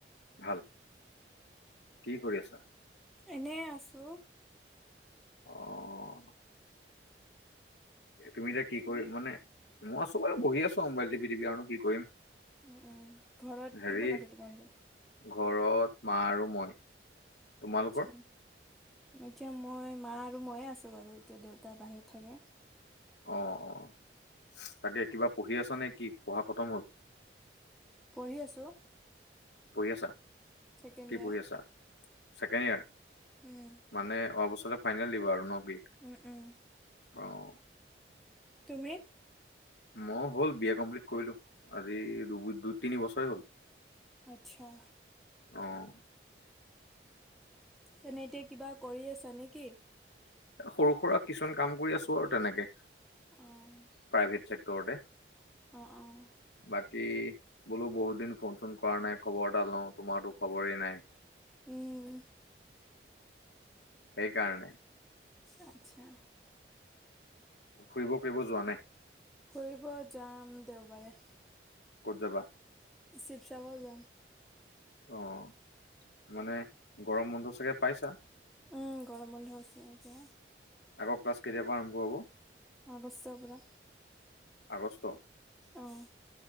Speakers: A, on the left (about 75°); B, in the centre.
A: ভাল, কি কৰি আছা?
B: এনেই আছোঁ।
A: অ' এ তুমি এতিয়া কি কৰি মানে, মই আছোঁ বাৰু বহি আছোঁ আৱ মোবাইল টিপি টিপি আৰু নো কি কৰিম
B: উম উম ঘৰত
A: হেৰী
B: কোন কোন আছে তোমালোকৰ
A: ঘৰত মা আৰু মই। তোমালোকৰ?
B: আতচ্ছা। মই এতিয়া মই মা আৰু ময়ে আছোঁ বাৰু এতিয়া দেউতা বাহিৰত থাকে।
A: অঁ অঁ তাকে কিবা পঢ়ি আছা নেকি, পঢ়া খতম হ'ল?
B: পঢ়ি আছোঁ।
A: পঢ়ি আছা?
B: ছেকেণ্ড
A: কি
B: ইয়াৰ
A: পঢ়ি আছা? Second year?
B: উম।
A: মানে অহা বছৰত ফাইনেল দিব আৰু ন কি?
B: উম উম।
A: অঁ।
B: তুমি?
A: মই হ'ল বি এ কমপ্লিট কৰিলোঁ আজি দু দুই তিনি বছৰে হ'ল।
B: আতচ্ছা।
A: অঁ।
B: তেনে এতিয়া কিবা কৰি আছা নেকি?
A: এ সৰু সুৰা কিছুমান কাম কৰি আছোঁ আৰু তেনেকে।
B: অঁহ।
A: সেই টেক্টৰতে।
B: অঁ অঁ।
A: বাকী বোলো বহুত দিন ফোন চোন কৰা নাই খবৰ এটা লওঁ তোমাৰতো খবৰে নাই।
B: উম।
A: সেই কাৰণে
B: আতচ্ছা।
A: ফুৰিব কৰিব যোৱা নাই?
B: ফুৰিব যাম দেওবাৰে।
A: ক'ত যাবা?
B: শিৱসাগৰ যাম।
A: অঁ মানে গৰম বন্ধ চাগে পাইছা?
B: উম গৰম বন্ধ আছে এতিয়া।
A: আকৌ ক্লাছ কেতিয়াৰ পৰা আৰম্ভ হ'ব?
B: আগষ্টৰ পৰা।
A: আগষ্ট?
B: অঁহ।